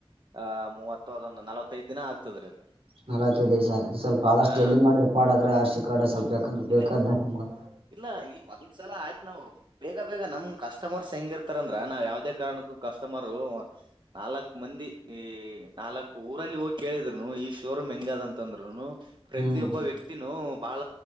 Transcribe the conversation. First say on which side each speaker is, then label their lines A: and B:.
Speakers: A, on the right; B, on the right.
A: ಆಹ ಮೂವತ್ತು ಅದೊಂದು ನಲವತ್ತೈದು ದಿನ ಆಗ್ತದ ರೀ ಅದು
B: ನಲವತ್ತೈದು ದಿವಸ ಅ ಸ್ವಲ್ಪ ಆದಷ್ಟು
A: ಹಾ
B: ಜಲ್ದಿ ಮಾಡಿ ರುಪಾಡಾದ್ರೆ ಅರ್ಸಿ ಕಾಡೆ ಸ್ವಲ್ಪ ಯಾಕಂದ್ರ
A: ಇಲ್ಲ
B: ಬೇಕಾದ್ದ ಹ
A: ಇಲ್ಲ ಈ ಒಂದ ಸಲ ಆಯ್ತು ನಾವು ಬೇಗ ಬೇಗ ನಮ್ ಕಸ್ಟಮರ್ಸ್ ಹೆಂಗಿರ್ತಾರಂದ್ರ ನಾವ್ ಯಾವ್ದೇ ಕಾರಣಕ್ಕೂ ಕಸ್ಟಮರ್ ನಾಲ್ಕ್ ಮಂದಿ ಈ ನಾಲ್ಕ್ ಊರಲ್ಲಿ ಹೋಗಿ ಕೇಳಿದ್ರುನು ಈ ಶೋರೂಮ್ ಹೆಂಗ ಅದಂತಂದ್ರುನು ಪ್ರತಿಯೊಬ್ಬ
B: ಹ್ಮ್
A: ವ್ಯಕ್ತಿನೂ ಬಹಳ